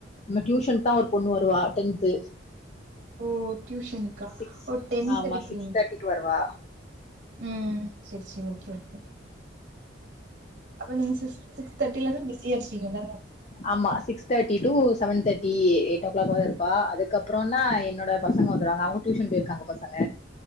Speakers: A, on the left; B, on the right.
A: நம்ம டியூஷனு தா ஒரு பொண்ண வருவா டென்து
B: ஓ டியூஷன்கா
A: சிக்ஸ்
B: ஓ டென்த்
A: ஆமா
B: எடுக்குறீங்களா
A: சிக்ஸ் தேர்ட்டிக்கு வருவா
B: ம் சேரி சேரி ஓகே ஓகே அப்ப நீங்க சிஸ் சிக்ஸ் தேட்டிலருந்து பிஸியா இருப்பீங்க தான
A: ஆமா சிக்ஸ் தேட்டி டூ செவன் தேட்டி எயிட் ஓ க்ளாக் வர இருப்பா அதுக்கப்புறன்னா என்னோட பசங்க வந்துருவாங்க அவ்ங்க டியூஷன் போய்ருக்காங்க பசங்க